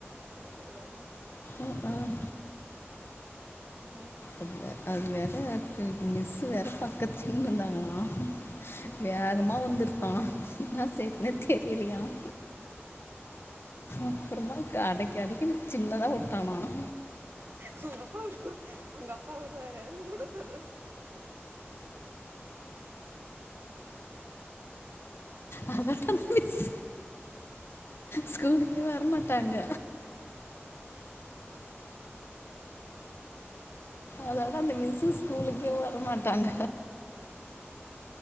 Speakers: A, on the right; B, on the left.
A: சிரிக்க கூடாதா
B: அஹ் அஹ்.
A: உம்
B: அது வேற அது வேற மிஸ்சு வேற பக்கத்துல இருந்தாங்களாம்
A: ம்
B: வேகமா வந்துருதாம் என்னா செய்றதுனே தெரியலயாம் அப்புறமா அடக்கி அடக்கினு சின்னதா உட் டானாம்
A: அவுங்க அப்பா விடு அவங்க அப்பா விடுவாரு அதே மாரி விட சொல்லு
B: அதான் டா அந்த மிஸ் ஸ்கூலுக் வரமாட்டாங்க அதோட அந்த மிஸ்ஸு ஸ்கூலுக்கே வரமாட்டாங்க